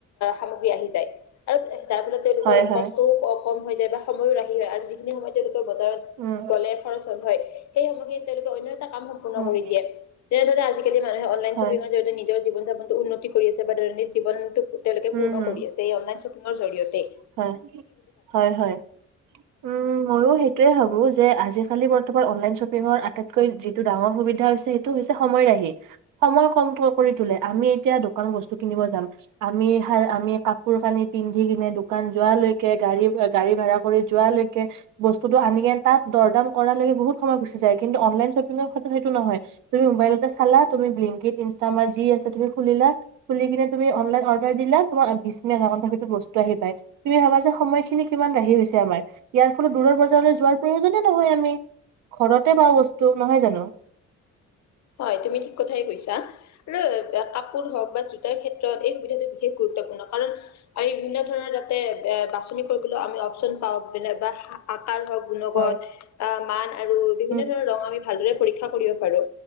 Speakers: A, on the left; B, on the right.
A: সামগ্ৰী আহি যায় আৰু যাৰ ফলত তেওঁলোকৰ
B: হয়, হয়,
A: কষ্টও কম কম হৈ যায় বা সময়ো ৰাহি হয় আৰু যিখিনি সময় তেওঁলোকৰ বজাৰত
B: উম,
A: গ'লে খৰচ হল হয় সেই সময়খিনিত তেওঁলোকে অন্য কাম সম্পূৰ্ণ
B: উম,
A: কৰি দিয়ে। তেনেদৰে আজিকালি মানুহে অনলাইন
B: হয়,
A: শ্বপিঙৰ জৰিয়তে নিজৰ জীৱন যাপনতো উন্নতি কৰি আছে বা দৈনন্দিক জীৱনতটো তেওঁলোকে
B: উম,
A: পূৰ্ণ
B: উম,
A: কৰি আছে এই অনলাইন শ্বপিঙৰ জৰিয়তেই।
B: হয়, হয়। হয়। উ মোৰ সেই টোৱে ভাবো যে আজি-কালি বৰ্তমান অনলাইন শ্বপিংৰ আটাইতকৈ যিটো ডাঙৰ সুবিধা হৈছে সেইটো হৈছে সময় ৰাখ হী সময় কম কৰি পোৱা তুলে আমি এতিয়া দোকান বস্তু কিনিব যাম আমি কা কাপোৰ কানি পিন্ধি কিনে দো দোকান যোৱালৈকে গাড়ী গাড়ী ভাড়া কৰি যোৱালৈকে বস্তুটো আনে কিনে তাত দৰদাম কৰা লৈক বহুত সময় গুচি যায়। কিন্তু অনলাইন শ্বপিংৰ ক্ষেত্ৰত সেটো নহয়। তুমি মোবাইলতে চালা তুমি ব্লিনকীত, ইনষ্টা মাৰ্কে যি আছে তুমি খুলিলা। খুলি কিনে তুমি অনলাইন অৰ্ডাৰ দিলা। তোমাৰ বিছ মিনিট, আধা ঘণ্টাত বস্তু আহিল। তুমি ভাবা যে সময়খিনি কিমান ৰাহি হৈছে আমাৰ। ইয়াৰ ফলত দূৰৰ বজাৰলৈ যোৱাৰ প্ৰয়োজনে নহয় আমি। ঘৰতে পাও বস্তু, নহয় জানো?
A: <inaudible> হয় তুমি ঠিক কথাই কৈছা আৰু কাপোৰ হওক বা জোতাৰ ক্ষেত্ৰত এই সুবিধাটো বিশেষ গুৰুত্ব পূৰ্ণ কাৰণ আমি বিভিন্ন ধৰণৰ তাতে এ বাছনি কৰিবলৈও আমি অপচন পাওঁ প বা আকাৰ হওক, গুণগত
B: হয়
A: আহ মান আৰু বিভিন্ন
B: উম
A: ধৰণৰ ৰঙ আমি ভালদৰে পৰীক্ষা কৰিব পাৰো।